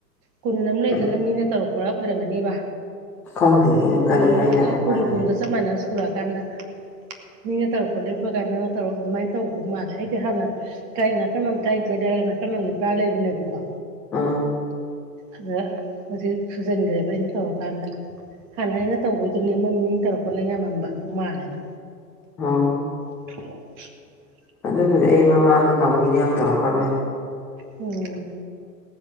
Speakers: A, on the right; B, in the centre.
A: ꯀꯨꯟ ꯑꯃ ꯂꯩꯗꯨꯅ
B: ꯑꯩ
A: ꯃꯤꯅ ꯇꯧꯔꯛꯄꯥ ꯑꯣꯏꯔꯝꯒꯅꯤꯕ
B: ꯈꯪꯗꯦ ꯑꯩꯅ ꯀꯔꯤ
A: ꯑꯗꯨꯒ
B: ꯍꯥꯏꯖꯥꯠꯅꯣ
A: ꯀꯨꯟ
B: ꯃꯥꯏꯁꯦ
A: ꯀꯨꯟꯗꯣ ꯆꯞ ꯃꯥꯟꯅ ꯁꯨꯔꯀꯥꯟꯗ ꯃꯤꯅ ꯇꯧꯔꯛꯄ ꯂꯦꯞꯄꯒꯥꯟ ꯅꯪꯅ ꯇꯧꯔꯛ ꯑꯗꯨꯃꯥꯏ ꯇꯧꯕ ꯃꯥꯜꯂꯦ ꯑꯩꯗꯤ ꯍꯥꯟꯅ <unintelligible> ꯅꯥꯀꯟ ꯑꯃ ꯇꯔꯥꯏꯟꯊꯣꯏ ꯂꯩꯔꯒ ꯅꯥꯀꯟ ꯑꯃ ꯅꯤꯄꯥꯟ ꯂꯩꯕꯅꯦꯕꯀꯣ
B: ꯑꯥ
A: ꯑꯗ ꯍꯧꯖꯤꯛ ꯁꯨꯖꯤꯟꯈ꯭ꯔꯦꯕ ꯑꯩꯅ ꯇꯧꯔꯀꯥꯟꯗ ꯍꯥꯟꯅ ꯑꯩꯅ ꯇꯧꯕꯩꯗꯨ ꯅꯦꯝꯃꯝ ꯃꯤ ꯇꯧꯔꯛꯄꯅ ꯌꯥꯝꯃꯝꯕ ꯃꯥꯜꯂꯦꯕ
B: ꯑꯣ
A: <inaudible>
B: ꯑꯗꯨꯕꯨꯗꯤ ꯑꯩ ꯃꯃꯥꯡꯗ ꯅꯥꯎꯕꯤꯅ ꯌꯥꯝ ꯇꯧꯔꯛꯈ꯭ꯔꯃꯦꯕ
A: ꯎꯨꯝ